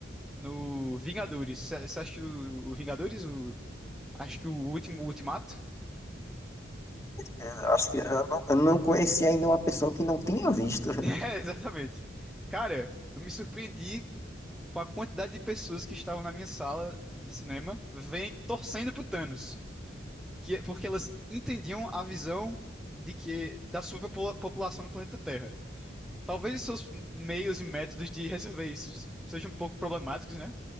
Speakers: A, in the centre; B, on the left.
A: no Vingadores. Você acha que o o Vingadores? O, acho que o último Ultimato? <laughs>
B: Eu Acho que eu não, eu não conheci ainda uma pessoa que não tenha visto.
A: É, exatamente. Cara, eu me surpreendi com a quantidade de pessoas que estavam na minha sala de cinema vem, torcendo pro Thanos. Que, é- porque elas entendiam a visão de que da superpopulação no planeta Terra. Talvez os seus meios e métodos de resolver isso sejam um pouco problemáticos, né?